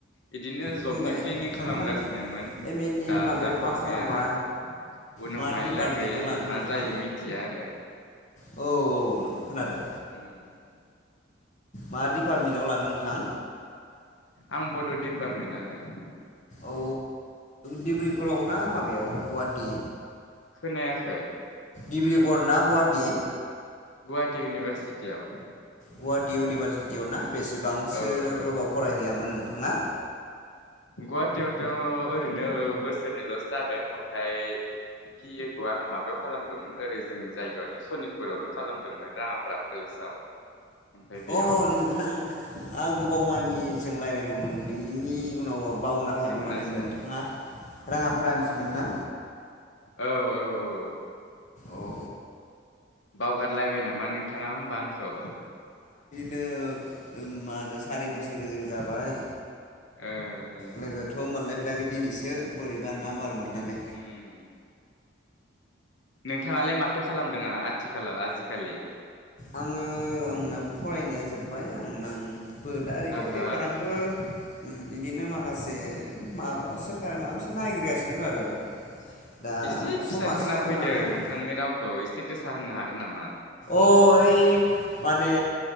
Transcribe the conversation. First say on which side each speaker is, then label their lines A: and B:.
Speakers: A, on the left; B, on the left.
A: बिदिनो
B: होमबाय
A: जबनि प्लेनिं खालामगासिनोमोन
B: नोंथां एम ए नि
A: दा
B: माबायाव
A: जाथ'वाखै
B: मा खालाम
A: आरो
B: मा
A: उनावहाय
B: मा डिपार्टमेन्टाव
A: लागै गै
B: लादों
A: मा
B: नोंथां?
A: जायो मिथिया आरो
B: औ औ नों खोनादों
A: उम
B: मा डिपार्टमेन्टाव लादों नोंथां
A: आं बड' डिपार्टमेन्ट आनो
B: औ डिब्रुगराव ना माबायाव गुवाहाटि
A: खोनायाखै
B: दिब्रिगर ना गुवाहाटि
A: गुवाहाटि इउनिभारसिटियाव
B: गुवाहाटि इउनिभारसिटियाव ना बेसेबांसो
A: औ औ
B: गोबाव फरायहैयामोन नोंथाङा
A: गुवाहाटीयावथ' ओरैनो बोसोरनैल'सो जादों ओमफाय बि ए खौ आङो माबायाव खालामदोंमोन ओरै जोंनि जायगायावनो सनितपुरावनो खालामदोंमोन राङाफारा कलेजाव ओमफ्राय बेयाव
B: अ नोंथां आ गोबाव मानि जों रायज्लायनो मोनैनि उनाव बावना
A: बुजि
B: थादों
A: मोनासै
B: माने नोंथाङा राङा फारानिनसमोन ना
A: औ औ औ
B: औ
A: बावगारलायबाय नामा नोंथां थाङा होमबा आंखौ
B: नो मा होनो सारि बोसोर गोजोन जाबाय
A: ओं ओं
B: लोगोथ' मोनलायफेराखै दिनैसो बोरै बा नाम्बार मोननानै
A: उम नोंथाङालाय माथो खालामदों आथिखालाव आजिखालि
B: आङो आंनाबो फरायनाया जोबबाय आं आंबो दा ओरैनो
A: हो हो
B: बेखार आंबो बिदिनो मा खासे माबा सोरखारि माबा मोनसे नायगिरगासिनो दं आरो दा
A: एसे
B: समासो
A: फिसा खोना फैदों
B: मा जागोन
A: नोंथांनि रावखौ एसे गो सा होननो हागोन नामा
B: ओ ओय माने